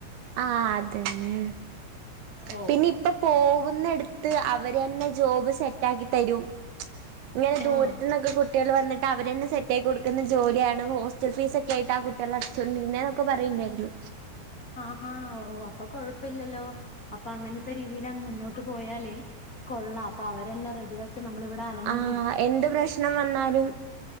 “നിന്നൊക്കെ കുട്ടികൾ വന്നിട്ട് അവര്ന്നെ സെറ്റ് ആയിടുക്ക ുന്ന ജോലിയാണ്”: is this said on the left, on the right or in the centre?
Right